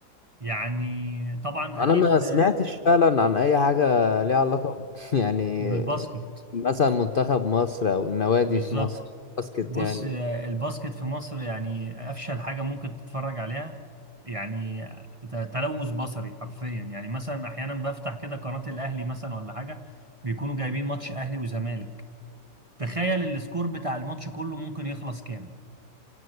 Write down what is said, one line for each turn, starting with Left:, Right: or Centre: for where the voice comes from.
Right: يعني طبعا
Left: انا
Right: اكيد
Left: ما سمعتش فعلا عن اي حاجة ليها علاقة ب- <laughs> يعني
Right: بالباسكت
Left: مثلا منتخب مصر او النوادي
Right: بالظبط
Left: في مصر باسكت
Right: بص
Left: يعني
Right: آه، الباسكت في مصر يعني افشل حاجه ممكن تتفرج عليها يعني ت- تلوث بصري حرفيا يعني مثلا احيانا بفتح كده قناه الاهلي مثلا ولا حاجه بيكونوا جايبين ماتش اهلي وزمالك تخيل السكور بتاع الماتش كله ممكن يخلص كام